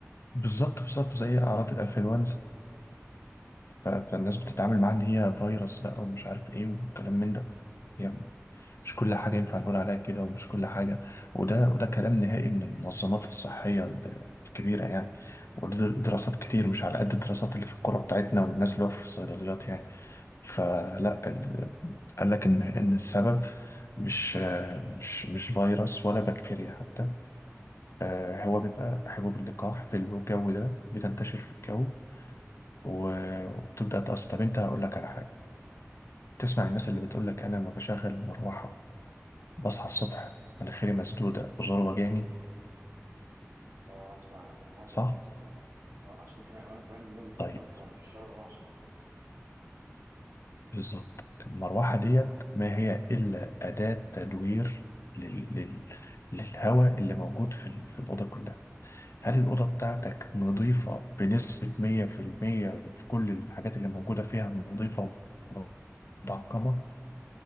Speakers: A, on the left; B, on the right.
A: بالظبط بالظبط زي اعراض الانفلونزا ف- فالناس بتتعامل معاها ان هي فيروس بقى ومش عارف ايه والكلام من ده يعني مش كل حاجه ينفع نقول عليها كده ومش كل حاجه وده وده كلام نهائي من المنظمات الصحيه ال- الكبيره يعني وده دراسات كتير مش على قد الدراسات اللي في القرى بتاعتنا والناس اللي هو في الصيدليات يعني فلا ال- قال لك ان ان السبب مش مش مش فيروس ولا بكتيريا حتى آه، هو بيبقى حبوب اللقاح في الجو ده بتنتشر في الجو و- وبتبدأ تقص طب انت هقول لك على حاجة تسمع الناس اللي بتقول لك انا ما بشغل المروحة بصحى الصبح مناخيري مسدودة وزور وجاني
B: أه أسمع عن معظم
A: صح؟
B: الناس كده أه عشان كده أنا كمان من الناس دي
A: طيب
B: أنا أصلا ما بحبش الشغل عشان كده
A: بالظبط المروحة ديت ما هي إلا أداة تدوير لل... لل... للهواء اللي موجود في, ال... في الأوضة كلها هل الأوضة بتاعتك نظيفة بنسبة 100% في المية في كل الحاجات اللي موجودة فيها نظيفة ومتعقمة